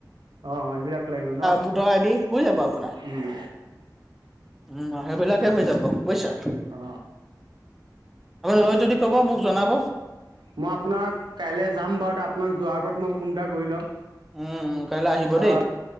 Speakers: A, on the right; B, in the centre.
A: অ এইবিলাক লাগিব ন।
B: ভোটৰ যাব আপোনাৰ
A: উম
B: উ সেইবিলাকে হৈ যাব। বুজিছা।
A: অ।
B: আ লয় যদি। ক'ব মোক জনাব।
A: মই আপোনাক কাইলে যাম বাৰু তে আপোনাক যোৱাৰ আগত মই ফোন এটা কৰি ল'ম।
B: উম। কাইলৈ আহিব
A: আৰু
B: দেই।